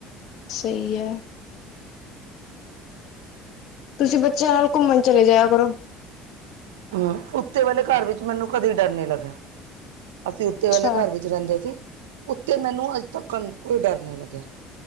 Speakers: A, on the left (about 60°); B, on the right (about 80°).
A: ਸ‌ਈ ਐ। ਤੁਸੀਂ ਬੱਚਿਆਂ ਨਾਲ ਘੁੰਮਣ ਚਲੇ ਜਇਆ ਕਰੋ।
B: ਹੈ ਉੱਤੇ ਵਲੇ ਘਰ ਵਿੱਚ ਮੈਨੂੰ ਕਦੀ ਡਰ ਨੀ ਲੱਗਿਆ। ਅਸੀਂ ਉੱਤੇ
A: ਅੱਛਾ
B: ਵਲੇ ਘਰ ਵਿੱਚ ਰੈਂਦੇ ਸੀ, ਉੱਤੇ ਮੈਨੂੰ ਅੱਜ ਤੱਕ ਕੋਈ ਡਰ ਨੀ ਲੱਗਿਆ,